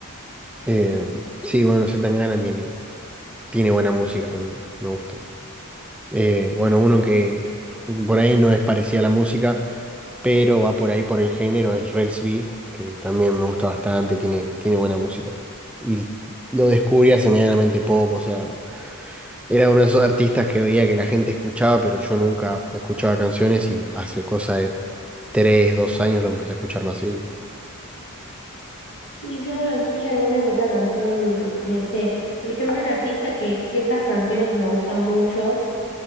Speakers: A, in the centre; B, on the left.
A: Eh, sí, bueno, gana tiene, tiene buena música también, me gusta. Eh, bueno, uno que por ahí no es parecida a la música, pero va por ahí por el género, es Rels B, que también me gusta bastante, tiene, tiene buena música. Y lo descubrí hace medianamente poco, o sea, Era uno de esos artistas que veía que la gente escuchaba, pero yo nunca escuchaba canciones y hace cosa de tres, dos años lo empecé a escuchar más seguido.
B: Y yo de Rod Stewart alguna que otra canción me sé. Por ejemplo, un artista que ciertas canciones me gustan mucho